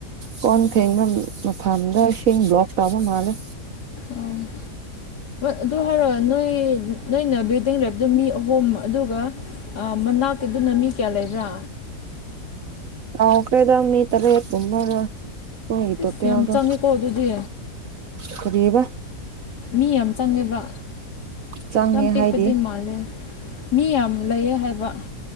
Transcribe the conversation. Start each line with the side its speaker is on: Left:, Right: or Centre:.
Right: ꯀꯣꯟ ꯊꯦꯡꯅ ꯃꯐꯝꯗ ꯏꯁꯤꯡ ꯕ꯭ꯂꯣꯛ ꯇꯧꯕ ꯃꯥꯜꯂꯦ
Left: ꯑꯝ ꯑꯗꯨ ꯍꯥꯏꯔꯛꯑꯣ ꯅꯣꯏ ꯅꯣꯏꯅ ꯕ꯭ꯌꯨꯗꯤꯡ ꯂꯩꯕꯗꯨ ꯃꯤ ꯑꯍꯨꯝ ꯑꯗꯨꯒ ꯃꯅꯥꯛꯀꯤꯗꯨꯅ ꯃꯤ ꯀꯌꯥ ꯂꯩꯕ꯭ꯔꯥ
Right: ꯑ ꯀꯩꯗ ꯃꯤ ꯇꯔꯦ ꯃꯔ ꯍ ꯇꯠꯇꯦ
Left: ꯏꯁ ꯌꯥꯝ
Right: ꯌꯥꯗꯣ
Left: ꯆꯪꯉꯦꯀꯣ ꯑꯗꯨꯗꯤ
Right: ꯈꯨꯔꯤꯕ
Left: ꯃꯤ ꯌꯥꯝ ꯆꯪꯉꯦꯕ
Right: ꯆꯪꯉꯦ
Left: ꯌꯥꯝ ꯄꯤꯛꯄꯗꯤ
Right: ꯍꯥꯏꯗꯤ
Left: ꯃꯥꯜꯂꯦ ꯃꯤ ꯌꯥꯝ ꯂꯩꯌꯦ ꯍꯥꯏꯕ